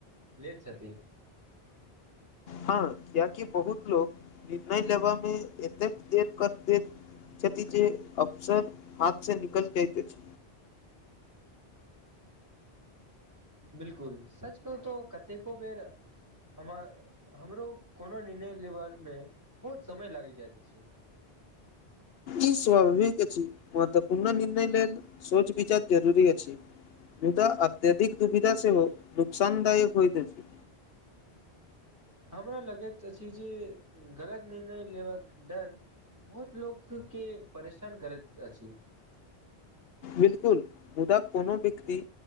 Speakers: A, on the right (about 15°); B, on the left (about 70°).
A: लेैथ छथिन।
B: हाँ कियाकि बहुत लोक निर्णय लेबा मे एतेक देर कर देत। छथि जे अपसर हाथ से निकल जाइत अछि।
A: बिलकुल सचकहु त कतेको बेर हमर हमरो कोनो निर्णय लेबऽमे बहुत समय लागि जाइत अछि।
B: ई स्वाभाविक अछि महत्वपूर्ण निर्णय लेल सोच विचार जरूरी अछि। मुदा अत्यधिक दुविधा सेहो नुकसानदायक होइत अछि।
A: हमरा लगैत अछि जे गलत निर्णय लेबाक डर बहुत लोकके परेशान करैत अछि।
B: बिलकुल मुदा कोनो व्यक्ति